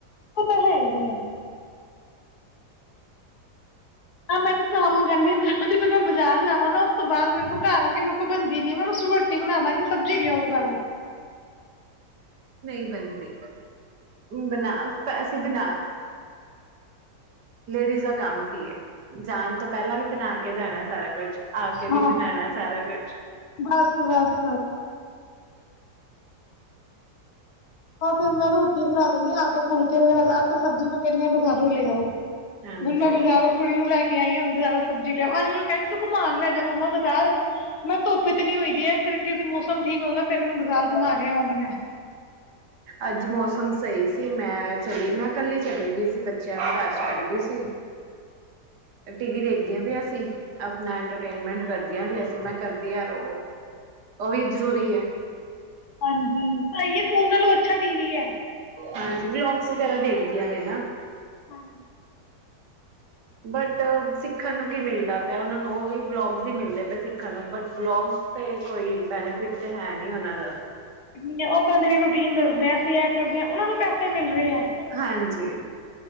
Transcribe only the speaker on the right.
ਨਹੀਂ ਬਣਦੀ। ਬਣਾ ਅਸੀਂ ਬਣਾ ਲੇਡੀਜ਼ ਦਾ ਕੰਮ ਕੀ ਹੈ, ਜਾਣ ਤੋਂ ਪਹਿਲਾਂ ਵੀ ਬਣਾ ਕੇ ਜਾਣਾ ਸਾਰਾ ਕੁਛ ਆ ਕੇ
ਵੀ ਬਣਾਣਾ ਸਾਰਾ ਕੁਛ।
ਹਾਂਜੀ
ਅੱਜ ਮੌਸਮ ਸਹੀ ਸੀ। ਮੈਂ ਚਲੀ ਮੈਂ ਕੱਲੀ ਚਲੀ ਗਈ ਸੀ ਬੱਚਿਆਂ ਨੂੰ ਘਰ ਛੱਡ ਗਈ ਸੀ। ਟੀ ਵੀ ਦੇਖਦੀਆਂ ਪਆਂ ਸੀ ਆਪਣਾ ਇੰਟਰਟੇਨਮੈਂਟ ਕਰਦੀਆਂ ਪੈਯਾ ਸੀ ਮੈਂ ਕਰਦੀ ਯ ਰੋ ਉਹ ਵੀ ਜ਼ਰੂਰੀ ਹੈ।
ਹਾਂਜੀ ਵਲੋਗਸ ਵਗੈਰਾ ਦੇਖਦੀਆਂ ਨੇ ਨਾ।
ਬਟ ਸਿੱਖਣ ਨੂੰ ਕੀ ਮਿਲਦਾ ਪਿਆ ਉਹਨਾਂ ਨੂੰ ਉਵੀ ਵਲੋਗਸ ਹੀ ਮਿਲਦੇ ਪਏ ਨ ਸਿੱਖਣ ਨੂੰ, ਬੱਸ ਵਲੋਗਸ ਤੇ ਕੋਈ ਬੈਨੀਫਿਟ ਤੇ ਹੈ ਨ ਉਹਨਾਂ ਦਾ।
ਹਾਂਜੀ